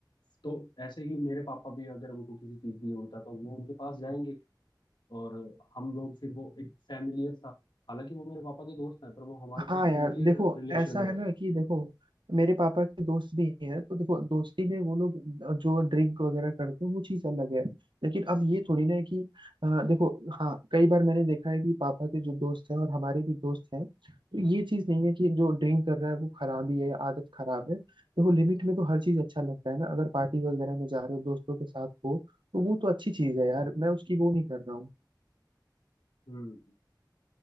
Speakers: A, on the left; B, on the right.
A: तो ऐसे ही मेरे पापा भी अगर उनको किसी चीज की जरूरत है तो वो उनके पास जाएंगे और हम लोग फिर वो एक फैमिलियर सा हालांकि वो मेरे पापा के दोस्त हैं पर वो हमारे साथ
B: हाँ यार
A: फैमिलियर
B: देखो
A: रिलेशन
B: ऐसा
A: में रहते
B: है ना
A: हैं
B: कि देखो मेरे पापा के दोस्त भी हैं तो देखो दोस्ती में वो लोग जो ड्रिंक वगैरह करते हैं वो चीज अलग है लेकिन अब ये थोड़ी ना है कि अ, देखो हाँ कई बार मैंने देखा है कि पापा के जो दोस्त हैं और हमारे भी दोस्त हैं तो ये चीज नहीं है कि जो ड्रिंक कर रहा है वो खराब ही है या आदत खराब है देखो लिमिट में तो हर चीज अच्छा लगता है ना अगर पार्टी वगैरह में जा रहे हो दोस्तों के साथ हो तो वो तो अच्छी चीज है यार मैं उसकी वो नहीं कर रहा हूँ
A: हम्म